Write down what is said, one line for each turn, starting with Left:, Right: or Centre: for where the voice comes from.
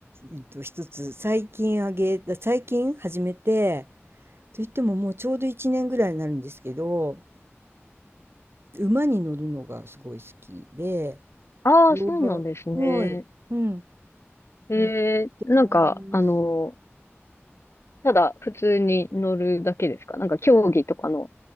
Right: えっと、一つ最近あげ、最近始めて、といってももうちょうど1年ぐらいになるんですけど、馬に乗るのがすごい好きで、
Left: ああー、
Right: 乗馬、
Left: そうなんですね。
Right: はい、うん、
Left: えー、
Right: やってま
Left: なんか、あの、
Right: す。
Left: ただ普通に乗るだけですかなんか競技とかの。